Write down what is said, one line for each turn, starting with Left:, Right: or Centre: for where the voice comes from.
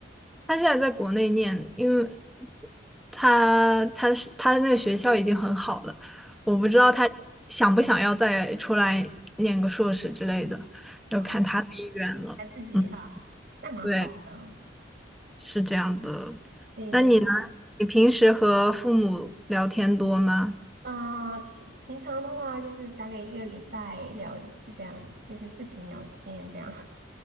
Centre: 他现在在国内念，因为他他是他那个学校已经很好了，我不知道他想不想要再出来念个硕士之类的，要看他的意愿了。
Right: 啊，他自己哈，
Centre: 嗯，
Right: 那蛮好的啊。
Centre: 对，是这样的。
Right: 对，
Centre: 那你呢？你平时和父母聊天多吗？
Right: 啊、平平常的话就是大概一个礼拜聊一次这样子，就是视频聊天这样，